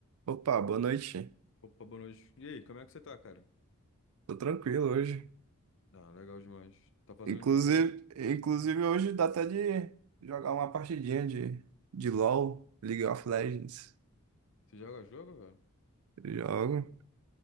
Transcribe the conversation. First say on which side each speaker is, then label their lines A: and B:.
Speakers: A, on the right; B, on the left.
A: Opa, boa noite.
B: O- Opa, boa noite. E aí, como é que você tá, cara?
A: Tô tranquilo hoje.
B: Ah, legal demais. Tá fazendo
A: Inclusive,
B: o que por aí?
A: inclusive hoje dá até de jogar uma partidinha de, de LoL, League of Legends.
B: Você joga jogo, velho?
A: Eu Jogo.